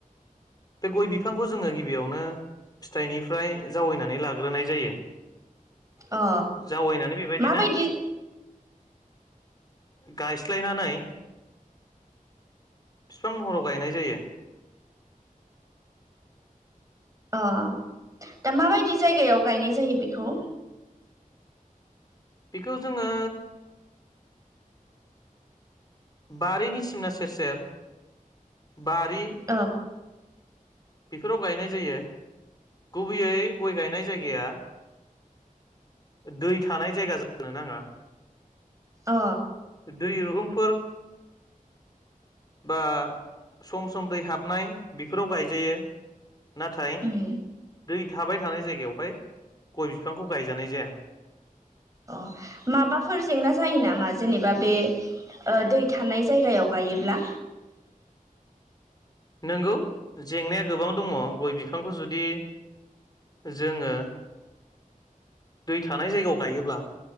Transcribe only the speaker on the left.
बे गय बिफांखौ जोङो गिबियावनो फिथाइनिफ्राय जावैनानै लाग्रोनाय जायो।
जावैनानै बेबायदिनो
गायस्लायनानै फिफां महराव गायनाय जायो।
बेखौ जोङो बारिनि सिमना सेर सेर बारि
बेफोराव गायनाय जायो गुबैयै गय गायनाय जायगाया दै थानाय जायगा जानो नाङा
दै रुगुंफोर बा सम सम दैै हाबनाय बेफोराव गायजायो नाथाय
दै थाबाय थानाय जायगायावहाय गय बिफांखौ गायजानाय जाया
नंगौ जेंनाया गोबां दङ गय बिफांखौ जुदि जोङो दै थानाय जायगायाव गायोब्ला